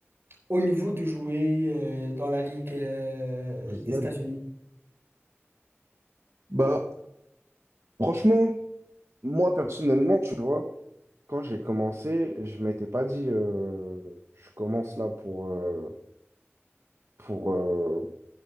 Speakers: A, on the right (about 55°); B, on the right (about 70°).
A: au niveau de jouer euh, dans la Ligue euh,
B: professionnel.
A: des États-Unis.
B: Bah, franchement, moi personnellement, tu vois, quand j'ai commencé, je m'étais pas dit, euh, je commence là pour, euh, pour, euh,